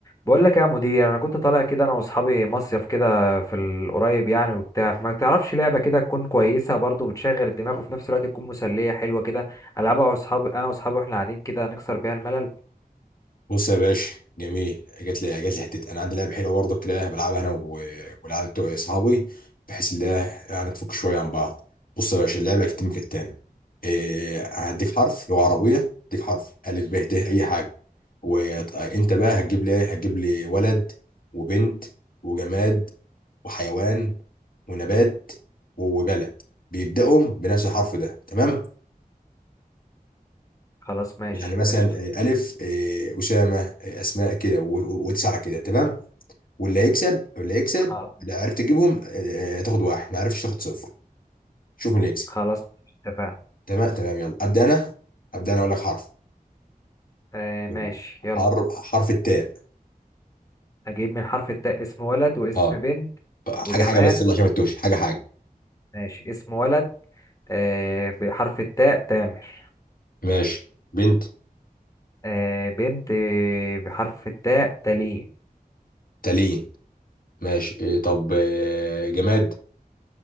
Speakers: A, on the left; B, on the left.
A: بقول لك يا مدير انا كنت طالع كده انا واصحابي مصيف كده في القريب يعني وبتاع فما تعرفش لعبه كده تكون كويسه برضو بتشغل الدماغ وفي نفس الوقت تكون مسليه حلوه كده العبها واصحابي انا واصحابي واحنا قاعدين كده نكسر بيها الملل
B: بص يا باشا جميل جات لي جات لي حته انا عندي لعبه حلوه برضه كده بلعبها انا و- والعيال بتوع اصحابي بحيث ان هي يعني تفك شويه عن بعض بص يا باشا اللعبه هتتم كالتالي إيه، هديك حرف لغه عربيه هديك حرف الف ب ت اي حاجه وانت بقى هتجيب لي هتجيب لي ولد وبنت وجماد وحيوان ونبات وبلد بيبداوا بنفس الحرف ده تمام
A: خلاص ماشي
B: يعني مثلا
A: قشطه
B: إيه، الف إيه، اسامه إيه، اسماء كده و- و- وتسعه كده تمام واللي هيكسب اللي هيكسب
A: خ-
B: لو عرفت تجيبهم آه، تاخد واحد ما عرفتش تاخد صفر شوف مين اللي يكسب
A: خلاص اتفقنا
B: تمام تمام يلا ابدا انا ابدا انا اقول لك حرف
A: آه
B: يلا.
A: ماشي
B: حرف
A: يلا
B: حرف التاء
A: اجيب من حرف التاء اسم ولد واسم
B: اه
A: بنت
B: حاجه
A: وجماد
B: حاجه بس يلا عشان ما تتوهش حاجه حاجه
A: ماشي اسم ولد آه بحرف التاء تامر
B: ماشي بنت
A: آه بنت بحرف التاء تالين
B: تالين ماشي إيه طب آه، جماد